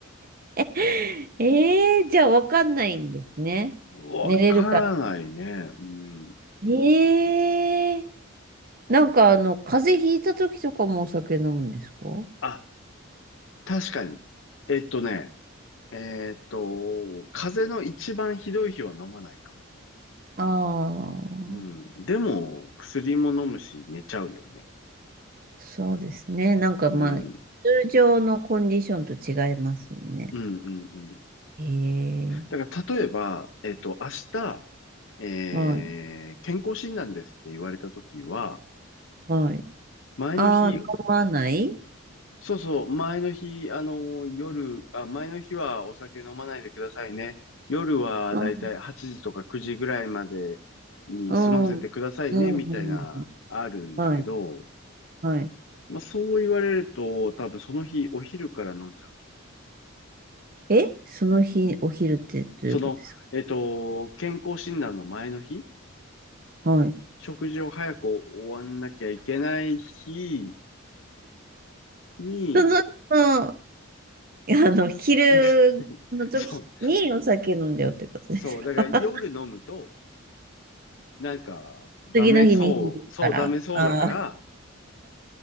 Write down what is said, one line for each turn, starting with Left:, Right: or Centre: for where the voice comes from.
Right: ええじゃあわかんないんですね。
Left: わからないね。
Right: 寝れるか。
Left: うん。
Right: ええなんかあの、風邪ひいた時とかもお酒飲むんですか
Left: あ、確かに。えっとね、えっと、風邪の一番ひどい日は飲まないか
Right: ああー、
Left: うん。でも、薬も飲むし、寝ちゃうよね。
Right: そうですね。なんかまあ、
Left: うん。
Right: 通常のコンディションと違いますもんね。
Left: うん、うん、うん。
Right: ええ
Left: だから、例えば、えっと、明日、えー、
Right: はい、
Left: 健康診断ですって言われたときは、
Right: はい。
Left: 前の日、
Right: ああ、飲まない
Left: そうそう、前の日、あの、夜、あ、前の日はお酒飲まないでくださいね。夜はだいたい8時とか9時ぐらいまでに済ませてくださいね、
Right: うん、うん、うん、うん
Left: みたいな、あるんだけど、
Right: はい、はい。
Left: まあそう言われると、多分その日、お昼から飲んじゃう。
Right: え、その日、お昼ってどういうことです
Left: その、えっと、健康診断の前の日、
Right: かはい。
Left: 食事を早く終わんなきゃいけない日に、
Right: その、その、あの、昼の時にお酒飲んじゃうってことですか
Left: <laughs> そう、そう、だから夜飲むと、なんか、
Right: <laughs>
Left: ダメそう、
Right: 次の日に響くから。
Left: そう、ダメそうだから、
Right: ああ。